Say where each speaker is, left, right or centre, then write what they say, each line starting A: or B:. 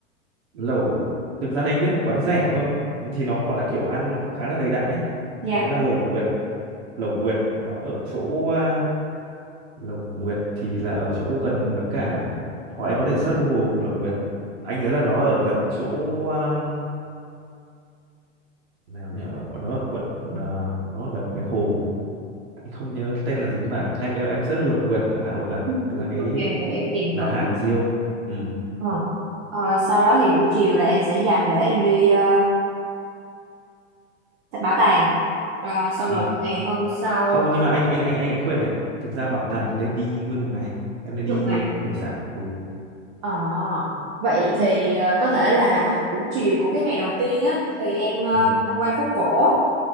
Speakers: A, on the right (about 55°); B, on the right (about 25°).
A: lẩu thực ra thì anh biết một quán rẻ thôi thì nó gọi là kiểu ăn nó cũng khá là đầy đặn ấy
B: Dạ.
A: nó là lẩu Nguyệt lẩu Nguyệt nó ở chỗ à, lẩu Nguyệt thì là ở chỗ gần với cả hoặc em có thể search Google lẩu Nguyệt anh nhớ là nó ở gần chỗ um, nào nhỉ Gọi nó ở quận à, nó ở gần một cái hồ anh không nhớ tên là gì nhưng mà em em em search lẩu Nguyệt ở Hà Nội là
B: Ừ,
A: là cái
B: Ok, vậy em tìm
A: là
B: thử.
A: hàng riêu ừ
B: Ờ. Ờ, sau đó thì buổi chiều là em sẽ dành để em đi ờ, bảo tàng. Ờ, xong
A: ừ
B: rồi qua ngày hôm sau
A: không nhưng mà anh anh anh anh anh khuyên này thực ra bảo tàng thì nên đi nguyên một ngày em nên
B: dục
A: đi
B: ngày.
A: ờ, từ buổi sáng ừ
B: Ờ, vậy thì ờ, có thể là buổi chiều của cái ngày đầu tiên á thì em ờ,
A: ừ
B: tham quan phố cổ,